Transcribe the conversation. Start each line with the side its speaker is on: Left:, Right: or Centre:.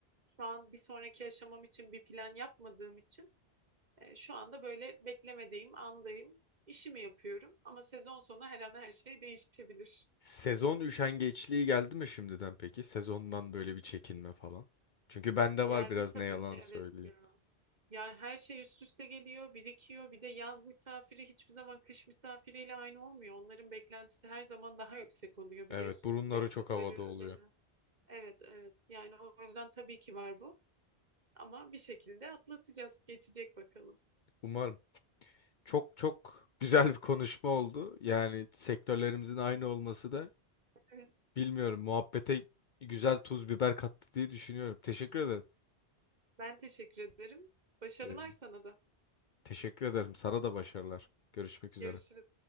Right: Şu an bir sonraki aşamam için bir plan yapmadığım için e, şu anda böyle beklemediğim andayım. İşimi yapıyorum ama sezon sonu her an her şey değişebilir.
Left: Sezon üşengeçliği geldi mi şimdiden peki? Sezondan böyle bir çekinme falan. Çünkü bende
Right: Geldi
Left: var biraz
Right: tabii
Left: ne yalan
Right: ki
Left: söyleyeyim.
Right: evet ya. Yani her şey üst üste geliyor, birikiyor. Bir de yaz misafiri hiçbir zaman kış misafiriyle aynı olmuyor. Onların beklentisi her zaman daha yüksek oluyor biliyorsun
Left: Evet, burunları
Right: yaptıkları
Left: çok havada oluyor.
Right: ödeme. Evet evet yani o yüzden tabii ki var bu. Ama bir şekilde atlatacağız, geçecek bakalım.
Left: Umarım. Çok çok güzel bir konuşma oldu. Yani sektörlerimizin aynı olması da
Right: Evet
Left: bilmiyorum muhabbete güzel tuz biber kattı diye düşünüyorum. Teşekkür ederim.
Right: ben teşekkür ederim. Başarılar
Left: Ee,
Right: sana da.
Left: Teşekkür ederim. Sana da başarılar. Görüşmek üzere.
Right: Görüşürüz.